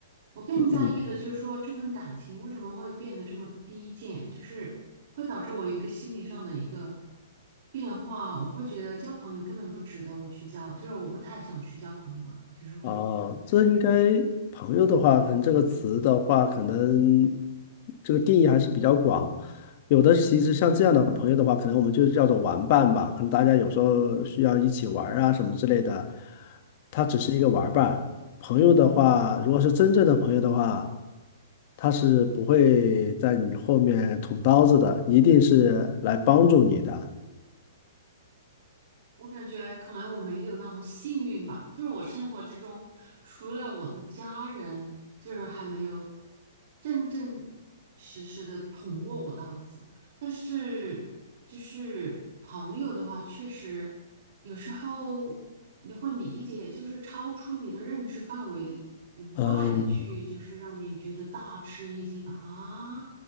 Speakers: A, on the right; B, on the left.
A: 我更在意的就是说这份感情为什么会变得这么低贱，
B: 嗯嗯，
A: 就是会导致我一个心理上的一个变化，我会觉得交朋友根本不值得我去交，就是我不太想去交朋友了，就是会导致我这样。
B: 啊，这应该朋友的话，可能这个词的话，可能这个定义还是比较广。有的其实像这样的朋友的话，可能我们就叫做玩伴吧，可能大家有时候需要一起玩儿啊什么之类的。他只是一个玩伴，朋友的话，如果是真正的朋友的话，他是不会在你后面捅刀子的，一定是来帮助你的。
A: 我感觉可能我没有那么幸运吧，就是我生活之中，除了我的家人，就是还没有真正实实的捅过我刀子。但是就是朋友的话，确实有时候你会理解，就是超出你的认知范围以外的去，
B: 嗯
A: 就是让你觉得大吃一惊啊，